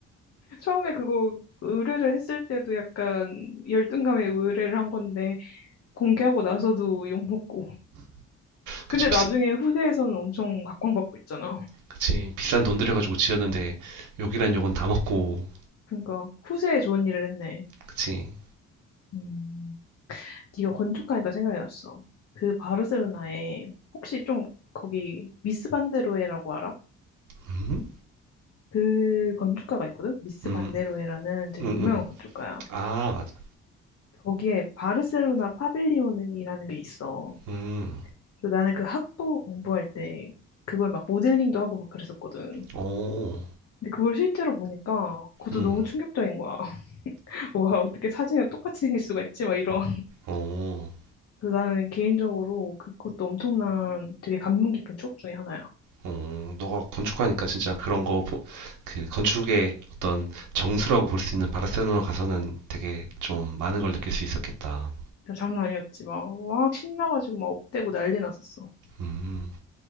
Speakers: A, on the left; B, on the right.
A: 처음에 그거 의뢰를 했을 때도 약간 열등감에 의뢰를 한 건데 공개하고 나서도 욕먹고.
B: 그치,
A: 근데 나중에 후세에서는 엄청 각광받고 있잖아.
B: 그치. 비싼 돈 들여가지고 지었는데 욕이란 욕은 다 먹고.
A: 그러니까 후세에 좋은 일을 했네.
B: 그치.
A: 음, 네가 건축하니까 생각이 났어. 그 바르셀로나에 혹시 좀 거기 미스 반데로에라고 알아?
B: 음?
A: 그 건축가가 있거든? 미스
B: 음,
A: 반데로에라는 되게
B: 음,
A: 유명한
B: 음.
A: 건축가야.
B: 아, 맞아.
A: 거기에 바르셀로나 파빌리온이라는 게 있어.
B: 음,
A: 그래서 나는 그 학부 공부할 때 그걸 막 모델링도 하고 막 그랬었거든.
B: 오,
A: 근데 그걸 실제로 보니까 그것도
B: 음,
A: 너무 충격적인 거야. <laughs> 와, 어떻게 사진이랑 똑같이 생길 수가 있지? 막 이런.
B: 오,
A: 그래서 나는 개인적으로 그- 그것도 엄청난 되게 감명 깊은 추억 중에 하나야.
B: 오. 너가 건축가니까 진짜 그런 거, 보, 그 건축의 어떤 정수라고 볼 수 있는 바르셀로나 가서는 되게 좀 많은 걸 느낄 수 있었겠다.
A: 야, 장난 아니었지. 막, 막 신나가지고 막 업대고 난리 났었어.
B: 음,